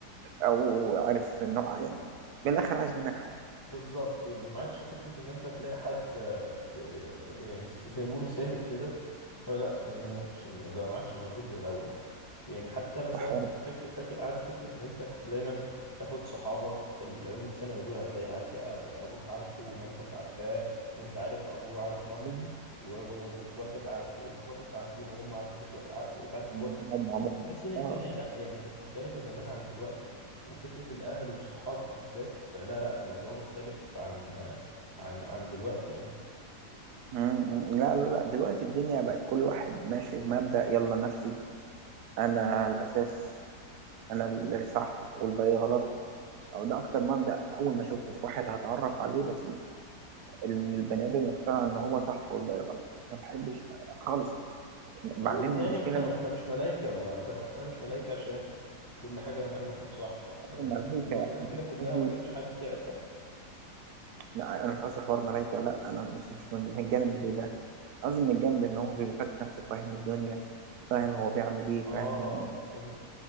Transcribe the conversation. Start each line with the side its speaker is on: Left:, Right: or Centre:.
Right: او عارف انه يعني من الاخر عايز منك حاجه
Left: بالظبط يعني ما عادش فكرة إن أنت تلاقي حد آه، ب- يعني س- زي ما بيقولوا سالك كده فلا يعني
Right: آه،
Left: ما عادش ده ما عادش موجود زي الأول يعني حتى مثلا
Right: وحوار
Left: فاكر فاكر عارف فكرة إن أنت كنت دايما تاخد صحابك اللي هم في ثانوي دول هتلاقي هتلاقي أبوك عارفه ومامتك عارفاه وأنت عارف أبوه عارف مامته
Right: التعليم،
Left: و- و- وإخواتك عارفين إخواتك عارفين وهم عارفين إخواتك وأنت عارف إخواتهم.
Right: لما بنقعد مع بعض
Left: تحس ان الدنيا
Right: اه
Left: لا يعني كانت مختلفة زمان عن دلوقتي وفكرة الاهل والصحاب بالذات لا لا الموضوع مختلف عن عن عن دلوقتي يعني
Right: م- م. لا لا لا دلوقتي الدنيا بقت كل واحد ماشي بمبدأ يلا نفسي انا الاساس انا اللي صح والباقي غلط او ده اكتر مبدأ اول ما اشوفه في واحد هتعرف عليه بس ان البني ادم يقتنع ان هو صح والباقي غلط ما بحبش خالص بعدين
Left: اه أصل
Right: المشكله
Left: يعني احنا
Right: مش
Left: احنا مش ملايكة ما فاهم اصل انا مش ملايكة عشان كل حاجة نعملها تكون صح اصل
Right: قصدي الملايكه
Left: لو الناس كده كلها
Right: قصدي
Left: ما كانش حد تعب بقى
Right: لا، انا مش قصدي حوار ملايكه لا انا مش مش من من الجانب ده قصدي من الجانب ان هو بيبقى فاكر نفسه فاهم الدنيا فاهم هو بيعمل ايه
Left: اه
Right: فاهم
Left: فهمت